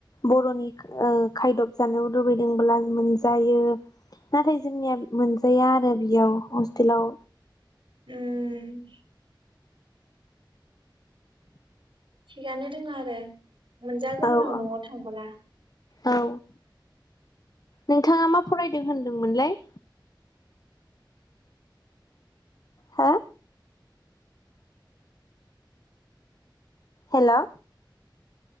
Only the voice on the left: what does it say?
बर'नि ओ खायदब जानो लुबैदोंब्ला मोनजायो नाथाय जोंनिया मोनजाया आरो बेयाव हस्टेलाव।
औ
औ
औ नोंथाङा मा फरायदों होनदोंमोनलाय? हा? हेल'